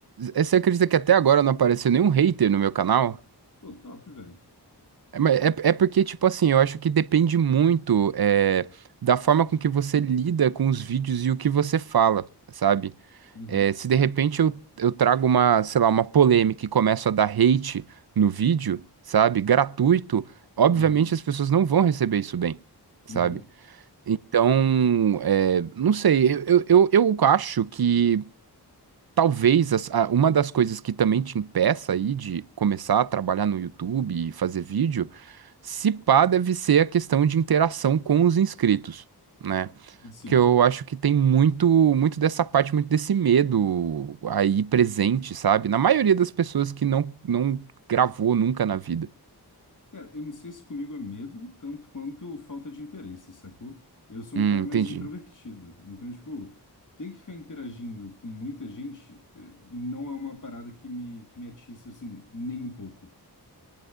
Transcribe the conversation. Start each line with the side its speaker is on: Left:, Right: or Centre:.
Right: eh, Você acredita que até agora não apareceu nenhum hater no meu canal?
Left: Pô, top, velho.
Right: É, mas é- é porque, tipo assim, eu acho que depende muito é, da forma com que você lida com os vídeos e o que você fala, sabe?
Left: Uhum,
Right: É, se de repente eu, eu trago uma, sei lá, uma polêmica e começo a dar hate no vídeo, sabe? Gratuito, obviamente
Left: uhum,
Right: as pessoas não vão receber isso bem. sabe?
Left: uhum.
Right: Então, é, não sei, eu, eu, eu acho que talvez as- a- uma das coisas que também te impeça aí de começar a trabalhar no YouTube e fazer vídeo, se pá, deve ser a questão de interação com os inscritos, né?
Left: Sim.
Right: Porque eu acho que tem muito, muito dessa parte, muito desse medo aí presente, sabe? Na maioria das pessoas que não, não gravou nunca na vida.
Left: Cara, eu não sei se comigo é medo tanto quanto falta de interesse, sacou? Eu sou
Right: Hum,
Left: um cara
Right: entendi,
Left: mais introvertido. Então, tipo, ter que ficar interagindo com muita gente eh, não é uma parada que me, que me atiça, assim, nem um pouco.